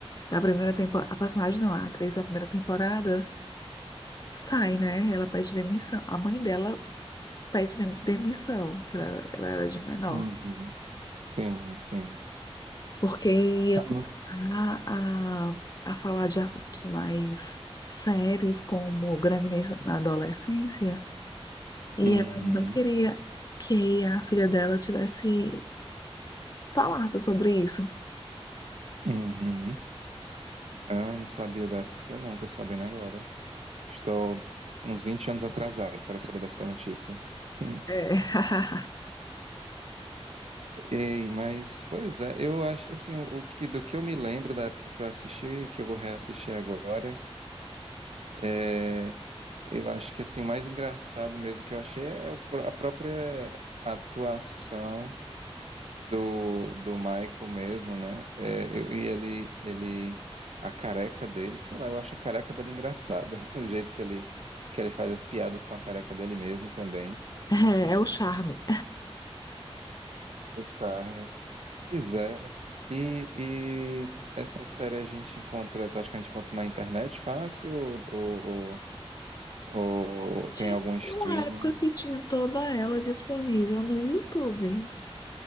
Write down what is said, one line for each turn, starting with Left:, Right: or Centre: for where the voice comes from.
Left: da primeira temporada, a personagem não, a atriz da primeira temporada sai, né? Ela pede demissão, a mãe dela pede dem- demissão, que ela, ela era de menor.
Right: uhum. Sim, sim.
Left: porque ia
Right: Ah,
Left: começar
Right: não.
Left: a, a falar de assuntos mais sérios, como gravidez na adolescência, e
Right: Uhum,
Left: ela não queria que a filha dela tivesse falasse sobre isso.
Right: uhum. Ah, não sabia dessa, não, tô sabendo agora. Estou uns 20 anos atrasado para saber dessa notícia. <laughs>
Left: É, <laughs>
Right: Ei, mas, pois é, eu acho, assim, o que, do que eu me lembro da época que eu assisti, que eu vou reassistir agora, é, Eu acho que assim, o mais engraçado mesmo que eu achei é o pró- a própria atuação do, do Michael mesmo, né? É, eu- e ele, ele, a careca dele, sei lá, eu acho a careca dele engraçada, <laughs> o jeito que ele, que ele faz as piadas com a careca dele mesmo também.
Left: é, é o charme.
Right: Charme. Pois é. E, e essa série a gente encontra, tu acha que a gente encontra na internet fácil ou, ou, ou- ou
Left: Tinha
Right: tem algum streaming?
Left: uma época que tinha toda ela disponível no YouTube,